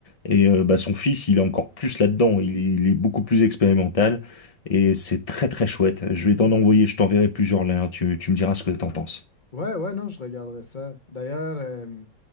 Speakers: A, on the left (about 50°); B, on the left (about 30°).
A: Et euh, bah, son fils, il est encore plus là-dedans, il, est il est beaucoup plus expérimental et c'est très très chouette. Je vais t'en envoyer, je t'enverrai plusieurs liens, tu, tu me diras ce que t'en penses.
B: Ouais, ouais, non, je regarderai ça. D'ailleurs, euh,